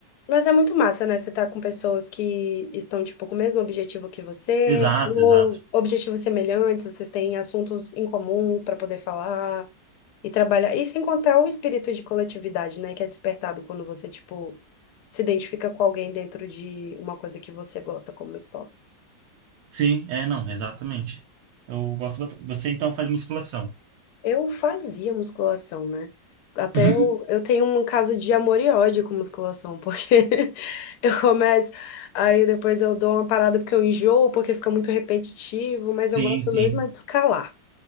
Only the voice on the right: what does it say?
Exato,
exato.
Sim, é, não, exatamente. Eu gosto bastante. Você então faz musculação.
<laughs>
Sim,
sim.